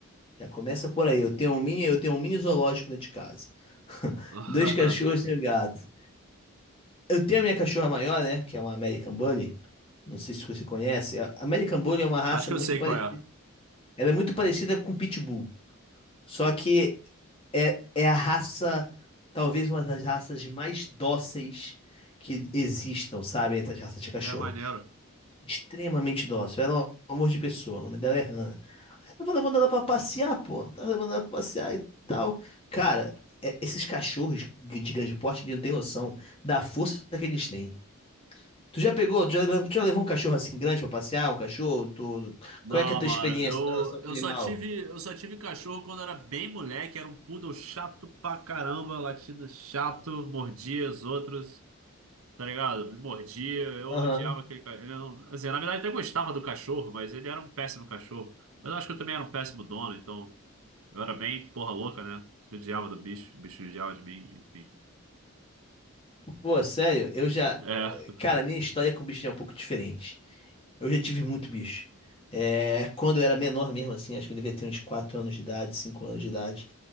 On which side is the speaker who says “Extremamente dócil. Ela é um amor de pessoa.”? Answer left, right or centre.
Left